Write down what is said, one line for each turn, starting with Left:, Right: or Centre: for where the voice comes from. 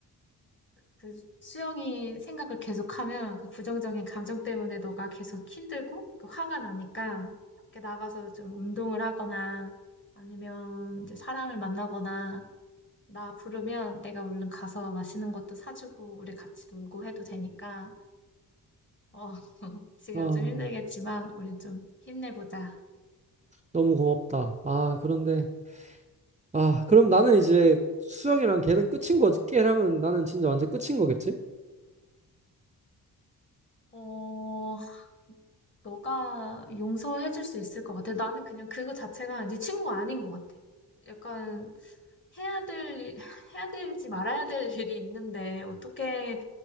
Left: 그 수영이 생각을 계속하면 그 부정적인 감정 때문에 너가 계속 힘들고 그 화가 나니까 밖에 나가서 좀 운동을 하거나 아니면 이제 사람을 만나거나 나 부르면 내가 얼른 가서 맛있는 것도 사주고 우리 같이 놀고 해도 되니까 어 <laughs> 지금
Right: 아,
Left: 좀 힘들겠지만 우리 좀 힘내보자.
Right: 너무 고맙다. 아, 그런데 아, 그럼 나는 이제 수영이랑 걔는 끝인 거지. 걔랑은 나는 진짜 완전 끝인 거겠지?
Left: 어 너가 용서해줄 수 있을 것 같아. 나는 그냥 그거 자체가 네 친구가 아닌 것 같아. 약간 해야 될, 일- <laughs> 해야 될지 말아야 될 일이 있는데 어떻게